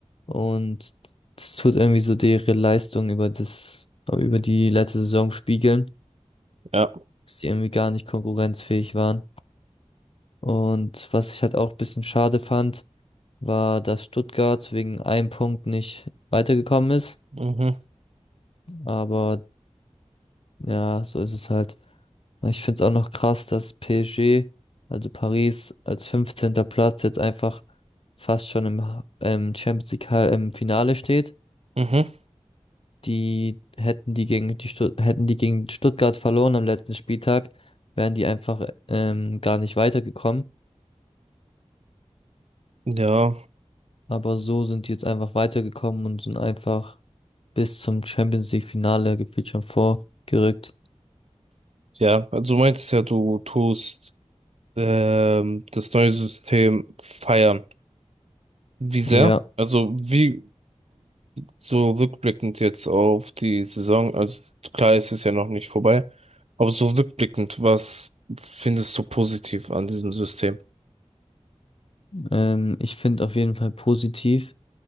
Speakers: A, on the left; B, on the right.
A: und das tut irgendwie so ihre Leistung über das, über die letzte Saison spiegeln,
B: Ja.
A: dass die irgendwie gar nicht konkurrenzfähig waren. Und was ich halt auch ein bisschen schade fand, war, dass Stuttgart wegen einem Punkt nicht weitergekommen ist.
B: Mhm.
A: Aber Ja, so ist es halt. Aber Ich finde es auch noch krass, dass PSG, also Paris, als fünfzehnter Platz jetzt einfach fast schon im, Ha- ähm, Champions League Hal- im Finale steht.
B: Mhm.
A: Die hätten die gegen die Stutt hätten die gegen Stuttgart verloren am letzten Spieltag, wären die einfach ähm, gar nicht weitergekommen.
B: Ja.
A: Aber so sind die jetzt einfach weitergekommen und sind einfach bis zum Champions League Finale gefühlt schon vorgerückt.
B: Ja. Also du meinst ja, du tust ähm, das neue System feiern. Wie sehr?
A: Ja,
B: Also wie so rückblickend jetzt auf die Saison, also klar, es ist ja noch nicht vorbei, aber so rückblickend, was findest du positiv an diesem System?
A: ähm, ich finde auf jeden Fall positiv.